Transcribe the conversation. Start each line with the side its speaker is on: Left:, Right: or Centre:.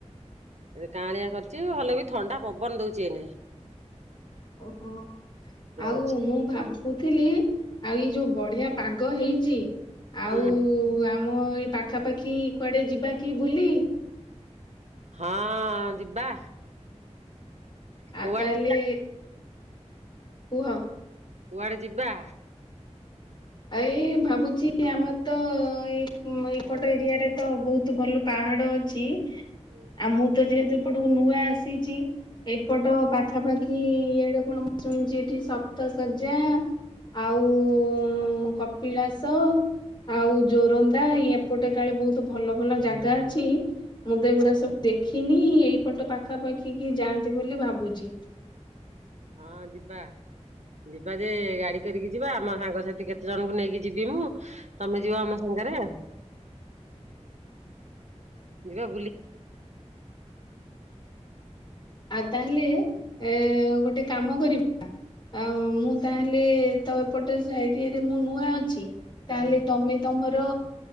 Right: କାଁଳିଆ କରିଛି ଭଲ ବି ଥଣ୍ଡା ପବନ ଦଉଛି ଏନେ।
Left: ଓହୋ ଆଉ
Right: ଅଛି।
Left: ମୁଁ ଭାବ ବୁଥିଲି ଆଉ ଏଇ ଯୋଉ ବଢିଆ ପାଗ ହେଇଛି। ଆଉ
Right: ହୁଁ
Left: ଆମ ଏଇ ପାଖାପାଖି କୁଆଡେ ଯିବା କି ବୁଲି।
Right: ହଁ ଯିବା।
Left: ଆ
Right: କୁଆଡେ
Left: ତାହଲେ।
Right: ଯିବା
Left: କୁହ।
Right: କୁଆଡେ ଯିବା।
Left: ଆ ଏଇ ଭାବୁଛି ଆମର ତ ଏଇ ଏଇପଟ ଏରିଆରେ ତ ବହୁତ ଭଲ ପାହାଡ ଅ ଛି
Right: <inaudible>
Left: ଆଉ ମୁଁ ତ ଯେହେତୁ ଏପଟକୁ ନୂଆ ଆସିଛି। ଏଇପଟ ପାଖାପାଖି ଇଏଡେ କଣ ମୁ ଶୁଣିଛି ଏଠି ସପ୍ତସଜା। ଆଉ ଉଁ କପିଳାସ ଆଉ ଯୋରନ୍ଦା ଏ ପଟେ କାଳେ ବହୁତ ଭଲ ଭଲ ଜାଗା ଅଛି। ମୁଁ ତ ଏଇଗୁଡା ସବୁ ଦେଖିନି ଏଇପଟ ପାଖାପାଖି କି ଯାଆନ୍ତି ବୋଲି ଭାବୁଛି।
Right: ହଁ ଯିବା। ଯିବା ଯେ ଗାଡି କରିକି ଯିବା ଆମ ସାଙ୍ଗସାଥି କେତେ ଜଣଙ୍କୁ ନେଇକି ଯିବି ମୁଁ ତମେ ଯିବ ଆମ ସାଙ୍ଗରେ
Left: <inaudible>
Right: ଯିବା ବୁଲି
Left: ଆଉ ତାହେଲେ ଏଁ ଗୋଟେ କାମ କରିବୁ ଅ ମୁଁ ତାହେଲେ ତ ଏପଟେ ସାଇଟିରେ ମୁଁ ନୂଆ ଅଛି ତାହେଲେ
Right: ହଁ
Left: ତମେ ତମର